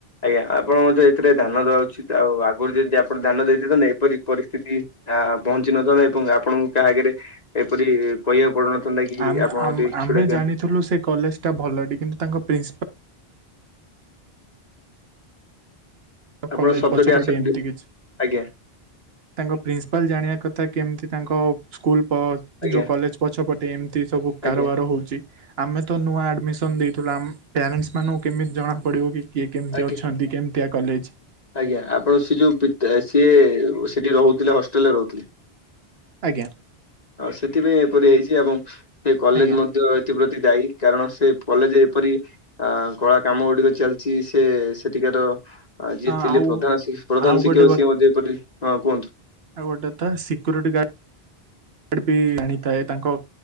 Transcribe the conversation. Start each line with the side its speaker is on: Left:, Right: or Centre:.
Left: ଆଜ୍ଞା ଆପଣ ମଧ୍ୟ ଏଥିରେ ଧାନ ଦବା ଉଚିତ ଆଉ ଆଗରୁ ଯେଦି ଆପଣ ଧାନ ଦେଇଦେଇଥାନ୍ତେ ଏପରି ପରିସ୍ଥିତି ଆ ପହଞ୍ଚିିନଥାନ୍ତା ଏବଂ ଆପଣ କାହା ଆଗରେ ଏପରି କହିବାକୁ ପଡୁନଥାନ୍ତା କି
Right: ଆମେ
Left: ଆପଣ
Right: ଆମେ
Left: ଟିକେ
Right: ଆମେ
Left: ଛିଡେଇ ଦିଅନ୍ତୁ।
Right: ଜାଣିଥିଲୁ ସେ କଲେଜ ଟା ଭଲ କିନ୍ତୁ ତାଙ୍କ ପ୍ରିନିସିପାଲ
Left: ଆପଣ
Right: କଲେଜ
Left: ଶବ୍ଦଟି
Right: ପଛପଟେ
Left: ଆସନ୍ତି
Right: ଏମିତି କିଛି
Left: ଆଜ୍ଞ।
Right: ତାଙ୍କ ପ୍ରିନ୍ସିପାଲ ଜାଣିବା କଥା କେମିତି ତାଙ୍କ ସ୍କୁଲ
Left: ଆଜ୍ଞା
Right: ଯୋଉ କଲେଜ ପଛପଟେ ଏମିତି ସବୁ
Left: ଆଜ୍ଞା
Right: କାରବାର ହଉଛି। ଆମେ ତ ନୂଆ ଆଡମିସନ ନେଇଥିଲୁ ଆମ ପ୍ୟାରେଣ୍ଟେସ୍ ମାନଙ୍କୁ କେମିତି ଜଣା ପଡିବ କି। କିଏ କେମିତି
Left: ଆଜ୍ଞା।
Right: ଅଛନ୍ତି କେମିତିଆ କଲେଜ?
Left: ଆଜ୍ଞା ଆପଣ ସେ ଯୋଉ ପି ସିଏ ସେଠି ରହୁଥିଲେ ହଷ୍ଟେଲେ୍ରେ ରହୁଥିଲେ।
Right: ଆଜ୍ଞା।
Left: ଆଉ ସେଥିପାଇଁ ଏପରି ହେଇଛି ଏବଂ ସେ କଲେଜ
Right: ଆଜ୍ଞା
Left: ମଧ୍ୟ ସେଥିପ୍ରତି ଦାୟୀ କାରଣ ସେ କଲେଜ ଏପରି ଅଆ କଳା କାମ ଗୁଡିକ ଚାଲିଚି। ଯିଏ ସେ ସେଠିକାର ଯିଏ
Right: ହଁ
Left: ଥିଲେ
Right: ଆଉ
Left: ପ୍ରଧାନ ପ୍ରଧାନ
Right: ଆଉ
Left: ଶିକ୍ଷକ
Right: ଗୋଟେ କ-
Left: ସିଏ ମଧ୍ୟ ଏପଟେ ହଁ କୁହନ୍ତୁ।
Right: ଆଉ ଗୋଟେ ତ ସିକ୍ୟୁରିଟି ଗାଡ। ଫ୍ରିବି ଆଣିଥାଏ ତାଙ୍କ